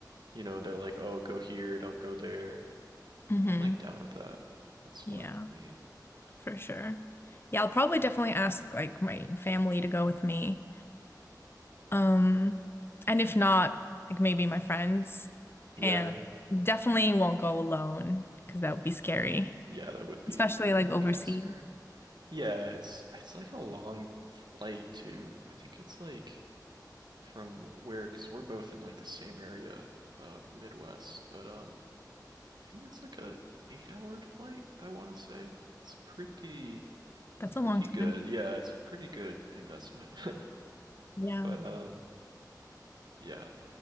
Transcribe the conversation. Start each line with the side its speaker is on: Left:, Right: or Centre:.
Right: you know, they're like, "Oh, go here, don't go there."
Left: hmm
Right: I'm like down with that. That's fine
Left: Yeah,
Right: with me.
Left: for sure. Yeah, I'll probably definitely ask like my family to go with me. Um, and if not, like maybe my friends.
Right: Yeah.
Left: And definitely won't go alone because that would be scary.
Right: Yeah, that would be
Left: especially like overseas.
Right: kind of scary. Yeah, it's it's like a long flight too. I think it's like from where, because we're both in like the same area of the Midwest, but um, I think it's like a eight hour flight, I want to say. It's pretty,
Left: That's
Right: pretty
Left: a long time.
Right: good. Yeah, it's a pretty good investment. <laughs>
Left: Yeah.
Right: But um, yeah,